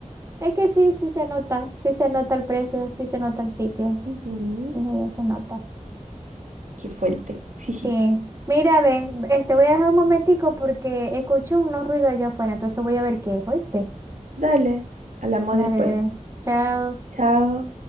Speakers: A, on the right (about 25°); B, on the right (about 70°).
A: Es que sí, sí se nota, sí se nota el precio, sí se nota el sitio.
B: Ujú,
A: Dije, ya se nota.
B: Qué fuerte. <laughs> Jiji.
A: Sí. Mira, ve, este voy a dejar un momentico porque escucho unos ruidos allá afuera, entonces voy a ver qué es, ¿oíste?
B: Dale, hablamos
A: Dale,
B: después.
A: chao.
B: Chao.